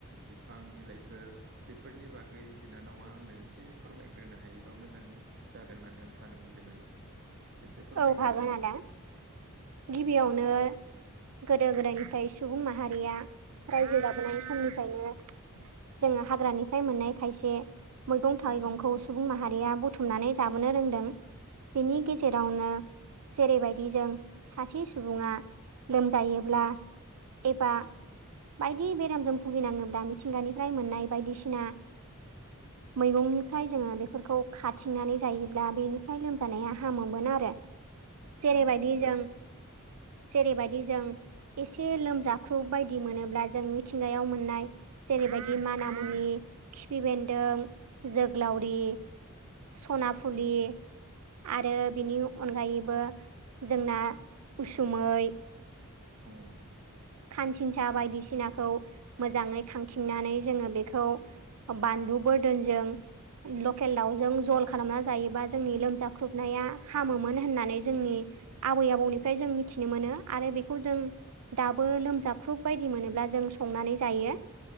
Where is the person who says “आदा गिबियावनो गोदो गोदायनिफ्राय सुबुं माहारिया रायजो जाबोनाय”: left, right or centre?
Right